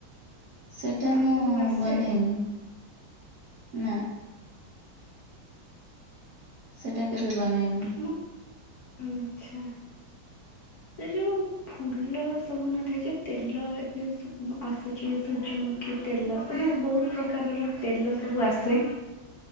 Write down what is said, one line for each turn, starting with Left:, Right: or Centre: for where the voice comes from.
Right: ସେଟା
Left: ତମକୁ
Right: ମୁଁ
Left: ଆସେ?
Right: ବନେଇନି ନାଁ। ସେଇଟା କେବେ ବନେଇନି।
Left: ମୁଁ ଆଚ୍ଛା।
Right: <inaudible>
Left: ଏ ଯୋଉ ଫୁଲ ସବୁ ନଥାଏଯେ ତେଲ ଏବେ ସବୁ ଆସୁଚି। ସୂର୍ଯ୍ୟମୁଖୀ ତେଲ ସବୁ ବହୁତ୍ ପ୍ରକାରର ତେଲ ସବୁ ଆସେ